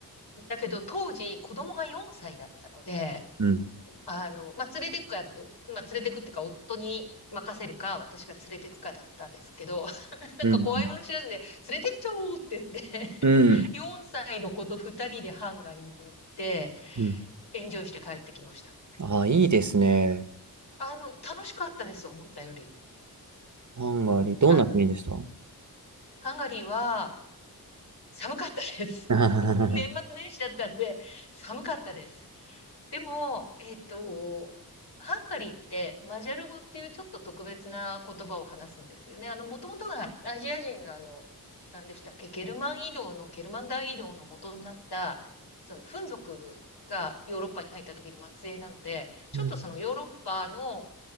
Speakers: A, on the left (about 90°); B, on the right (about 50°).
A: だけど当時子供が4歳だったので、
B: うん。
A: あの、まあ、連れてくか、まあ、連れてくってか、夫に任せるか、私が連れてくかだったんですけど、<laughs> なんか怖いもの知らずで、
B: うん。うん。
A: 連れてっちゃおうって言って
B: うん
A: 4 <laughs> 歳の子と2人でハンガリーに行って、
B: うん
A: エンジョイして帰ってきました。
B: ああ、いいですね。
A: あの、楽しかったです、思ったより。
B: ハンガリー。
A: うん、
B: どんな国でした
A: あの、ハンガリーは寒かったです。
B: <laughs>
A: <laughs> 年末年始だったんで、寒かったです。でも、えっと、ハンガリーってマジャル語っていうちょっと特別な言葉を話すんですよね。あの、もともとがアジア人があの、何でしたっけ、ゲルマン移動の、ゲルマン大移動の元になった、その、フン族がヨーロッパに入った時の末裔なので、ちょっとそのヨーロッパの、
B: うん